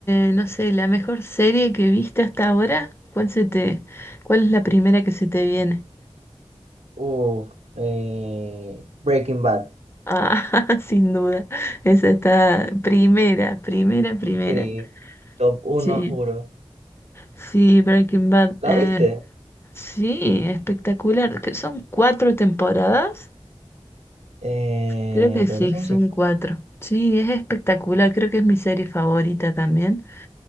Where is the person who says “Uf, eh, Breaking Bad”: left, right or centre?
Right